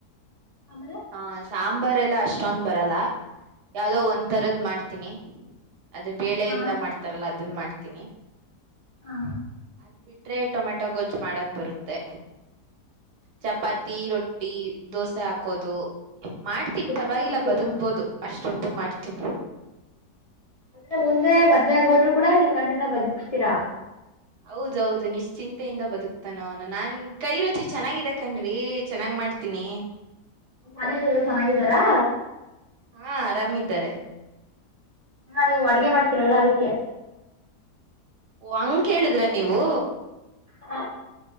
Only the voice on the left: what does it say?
ಆಮೇಲೆ
ಹಾ
ಹಾ
ಮುದ್ದೆನು
ಮಾಡ್ತೀರಾ
ಅಂದ್ರೆ ಮುಂದೆ ಮದ್ವೆ ಆಗಿ ಹೋದ್ರು ಕೂಡ ನಿಮ್ ಗಂಡನ್ನ ಬದುಕ್ಸ್ತೀರಾ.
ಮನೆಯಲೆಲ್ಲ ಚೆನ್ನಾಗಿದ್ದಾರಾ.
ನೀವು ಅಡುಗೆ ಮಾಡ್ತಿರಲ್ಲ ಅದಕ್ಕೆ
ಹ